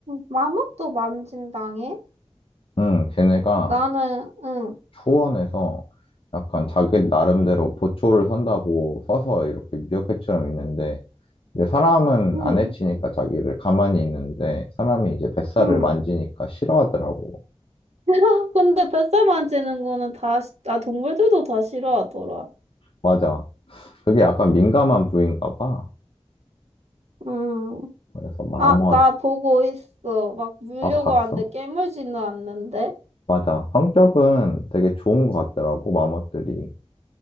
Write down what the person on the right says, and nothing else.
마멋도 만진당해?
나는 응
응,
응.
<laughs> 근데 뱃살 만지는 거는 다, 시- 아, 동물들도 다 싫어하더라.
음,
아, 나 보고 있어. 막 물려고
하는데 깨물지는 않는데?